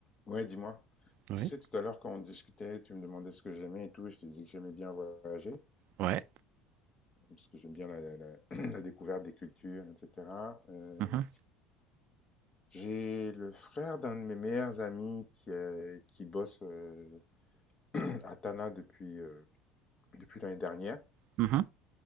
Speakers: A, on the left (about 30°); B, on the right (about 60°).
A: Ouais, dis-moi.
B: Oui.
A: Tu sais, tout à l'heure, quand on discutait, tu me demandais ce que j'aimais et tout, je te disais que j'aimais bien voyager,
B: Ouais.
A: parce que j'aime bien la, la- <clears throat> la découverte des cultures, etc. Euh,
B: Mhm,
A: j'ai le frère d'un de mes meilleurs amis qui, euh, qui bosse euh, <clears throat> à Tana depuis, euh, depuis l'année dernière.
B: mhm,